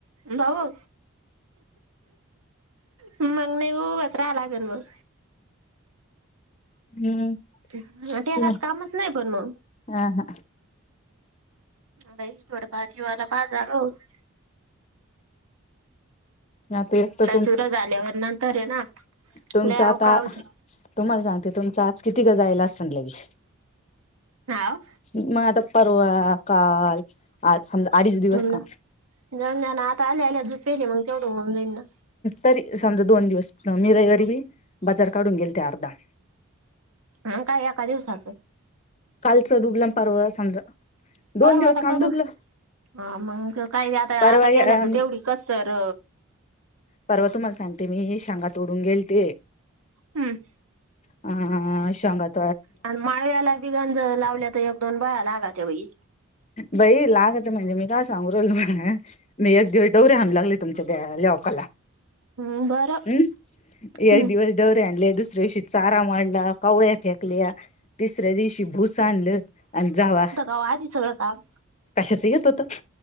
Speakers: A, on the right (about 80°); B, on the left (about 30°).
A: भाऊ! मला नाही ब उभाच राहायं लागल मग.
B: <unintelligible>
A: टेकाच
B: तुम्ही
A: कामच नाही. पण मग,
B: ह हा
A: बाई थोडं फार जीवाला पहा <unintelligible>
B: आता एक तर
A: चुरा झाल्यावर नंतर हय ना
B: तुमच
A: लय
B: आता,
A: अवकाळ होती
B: तुम्हाला सांगते तुमचं आज किती का <unintelligible>
A: हावं!
B: मग आता परवा, काल आज समजा अडीच दिवस
A: जाऊंद्या
B: काम
A: ना आता आल्या आल्या दूध पिलं मग तेवढं होऊन जाईन ना!
B: तरी, समजा दोन दिवस मी रविवारी बी बाजार काढून गेलते अर्धा.
A: हं! काय एका दिवसाचं.
B: कालचं डुबला, अन परवा समजा दोन
A: परवा
B: दिवस
A: आता
B: काम
A: करून,
B: डुबलं
A: ह मंग काही आता,
B: परवा
A: आता गेल्या तर तेवढी कसर
B: परवा! तुम्हाला सांगते मी शेंगा तोडून गेल ते
A: हं!
B: अ.. शेंगात
A: आणि माळव्याला बि गणज लावल्या, तर एक दोन बायालागा ते बाई
B: बाई लागत्या म्हणजे, मी काय सांगू राहिले, तुम्हाला मी एक दिवस दौरे हाणू लागले, तुमच्या दे लौकाला.
A: हम्म बरं
B: हम्म!
A: हम्म
B: एक दिवस दौरे हाणले, दुसऱ्या दिवशी चारा मांडला, कवळ्या फेकल्या तिसऱ्या दिवशी भूस आणलं आणि जावा
A: हो! आधी सगळं काम
B: कशाच येत होत!